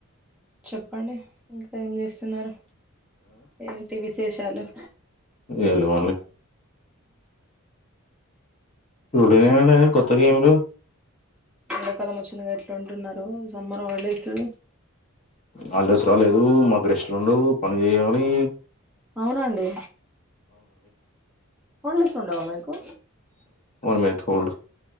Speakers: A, in the centre; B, on the left.
A: చెప్పండి ఇంకా ఏంచేస్తున్నారు ఏంటి విశేషాలు
B: ఏం లేవండి లూడో గేమ్ గా కొత్త గేములు
A: ఎండ కాలం ఒచ్చింది కదా ఎట్లుంటున్నారు. సమ్మర్ హాలిడేసు
B: హాలిడేస్ రాలేదు. మాక్ రెస్ట్లు ఉండవ్ పని జేయాలి.
A: అవునా అండి హాల్డేస్ ఉండవా మీకు
B: వన్ మినిట్ హోల్డ్